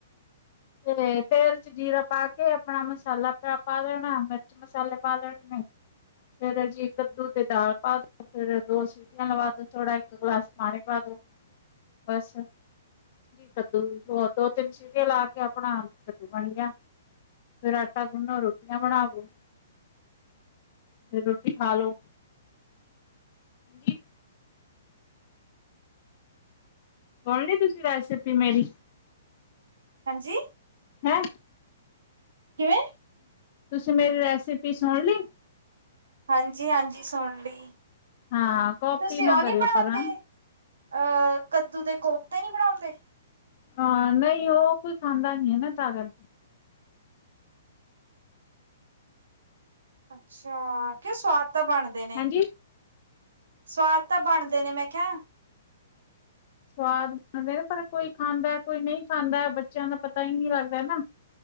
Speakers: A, on the left (about 50°); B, on the right (about 75°).
A: ਤੇ ਤੇਲ ਚ ਜੀਰਾ ਪਾ ਕੇ ਆਪਣਾ ਮਸਾਲਾ ਪਾ ਦੇਣਾ ਮਿਰਚ ਮਸਾਲੇ ਪਾ ਲੈਣੇ ਨੇ ਫੇਰ ਜੀ ਕੱਦੂ ਤੇ ਦਾਲ ਪਾ ਫੇਰ ਦੋ ਸੀਟੀਆਂ ਲਵਾ ਦੋ, ਥੋੜਾ ਇੱਕ ਗਲਾਸ ਪਾਣੀ ਪਾ ਦੋ ਬਸ। ਜੀ। ਕੱਦੂ ਹੋ ਦੋ- ਤਿੰਨ ਸੀਟੀਆਂ ਲਾ ਕੇ ਆਪਣਾ ਕੱਦੂ ਬਣ ਗਿਆ। ਫਿਰ ਆਟਾ ਗੁਨੋ ਰੋਟੀਆਂ ਬਣਾਦਿਓ। ਫਿਰ ਰੋਟੀ ਖਾ ਲੋ ਹਾਂਜੀ, ਸੁਣਲੀ ਤੁਸੀ ਰੈਸਪੀ ਮੇਰੀ
B: ਹਾਂਜੀ
A: ਹੈਂ।
B: ਕ
A: ਤੁਸੀਂ ਮੇਰੀ ਰੈਸਿਪੀ ਸਾਣ ਲੀ।
B: ਹਾਂਜੀ ਹਾਂਜੀ। ਸੁਣ ਲਈ
A: ਹਾਂ। ਕੋਪੀ
B: ਤੁਸੀਂ
A: ਨਾ
B: ਉਹ
A: ਕਰੇ
B: ਨੀ ਬਣਾਉਂਦੇ
A: ਕਰਾਂ।
B: ਅਹ ਕੱਦੂ ਦੇ ਕੋਫਤੇ ਨੀ ਬਣਾਉਂਦੇ।
A: ਅ ਨਹੀਂ ਉਹ ਕੋਈ ਖਾਦਾ ਨਹੀਂ ਹੈ ਨਾ ਤਾਂ ਕਰ ਕੇ।
B: ਅੱਛਾ ਕਿਉ ਸਵਾਦ ਤਾਂ ਬਣਦੇ ਨੇ।
A: ਹਾਂਜੀ
B: ਸਵਾਦ ਤਾਂ ਬਣਦੇ ਨੇ ਮੈਂ ਕਿਹਾ।
A: ਸਵਾਦ ਬਣਦੇ ਨੇ ਪਰ ਕੋਈ ਖਾਂਦਾ ਕੋਈ ਨਹੀਂ ਖਾਂਦਾ ਬੱਚਿਆਂ ਦਾ ਪਤਾ ਹੀ ਨਹੀਂ ਲੱਗਦਾ ਨਾ।